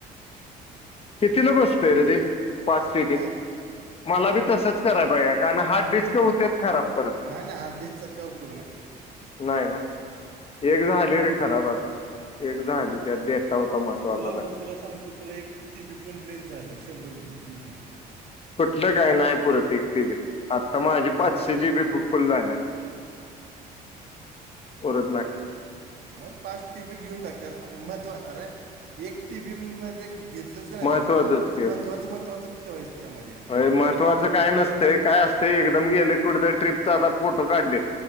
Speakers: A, on the left (about 35°); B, on the right (about 65°).
A: कितीला बसतोय रे ते
B: काय
A: मला बी तसंच कराय पाहिया कारण हार्ड डिस्क होते खराब परत
B: नाही नाही हार्डडिस्क चचाका उपयोग ना
A: नाही ना एक ज आली रे खराब
B: नाही
A: आता एकदाच्या डेट होत महत्वाचा
B: तुला बघ तुला सांगतो तुला एक टी वी पण ललेच झालं शंभर जी बी
A: कुठलं काय नाही पुरत एक ती बी आता माझी
B: नाही
A: पाचशे
B: पूर
A: जी बी फुल झाले पररत ना
B: मग पाच टी बी घेऊन टाकत महत्त् अरे एक टी बी म घेतलंच का नाही
A: महत्त्वाचंच
B: तू हो त्यात फक्त महत्वाचं महत्वाचं ठेवायचं त्यामध्ये
A: अ महत्त्वाचं काय नसतंय काय असतं एकदम गेले कुठेतरी ट्र्रीपचा आता फोटो काढलेत